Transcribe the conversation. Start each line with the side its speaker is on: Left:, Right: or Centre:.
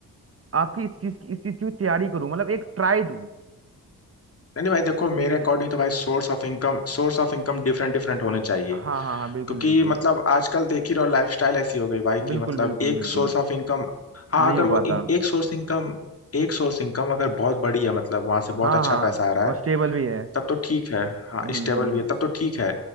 Right: आपकी इस चीज की इस चीज की भी तैयारी करूँ मतलब एक ट्राई दूं
Left: नहीं नहीं भाई देखो मेरे
Right: कि
Left: अकॉर्डिंग तो भाई source of income source of income different different होने चाहिए
Right: हाँ हाँ हाँ बिल्कुल
Left: क्योंकि
Right: बिल्कुल
Left: मतलब आजकल देख ही रहो लाइफस्टाइल ऐसी हो गई भाई कि
Right: बिल्कुल
Left: मतलब
Right: बिल्कुल
Left: एक
Right: बिल्कुल
Left: सोर्स ऑफ इनकम हाँ
Right: नहीं
Left: अगर
Right: हो पाता
Left: वो इन- एक सोर्स इनकम एक सोर्स इनकम अगर बहुत बड़ी है मतलब वहां से बहुत
Right: हाँ
Left: अच्छा
Right: हाँ
Left: पैसा आ रहा
Right: और
Left: है
Right: स्टेबल भी है
Left: तब तो ठीक है हाँ
Right: हम्म
Left: स्टेबल भी है तब तो ठीक है